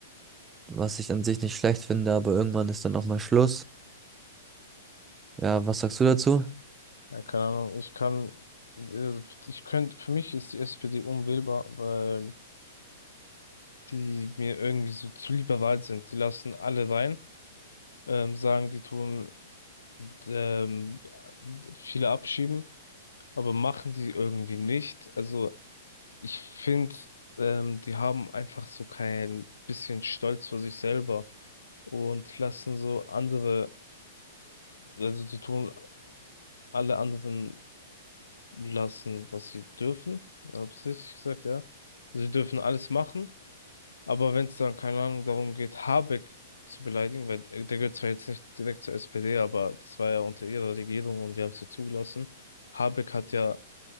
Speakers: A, on the right; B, on the left.
A: was ich an sich nicht schlecht finde, aber irgendwann ist dann auch mal Schluss. Ja, was sagst du dazu?
B: ja, keine Ahnung. Ich kann, äh, ich könnte, für mich ist die SPD unwählbar, weil die mir irgendwie so zu liberal sind. Die lassen alle rein. ähm, sagen, die tun ähm, viele abschieben, aber machen die irgendwie nicht. Also ich finde, ähm, die haben einfach so kein bisschen Stolz vor sich selber und lassen so andere, also die tun alle anderen lassen, was sie dürfen. Habe ich richtig gesagt, ja? Sie dürfen alles machen. Aber wenn es dann, keine Ahnung, darum geht, Habeck zu beleidigen, weil der gehört zwar jetzt nicht direkt zur SPD, aber das war ja unter ihrer Regierung und die haben es ja zugelassen. Habeck hat ja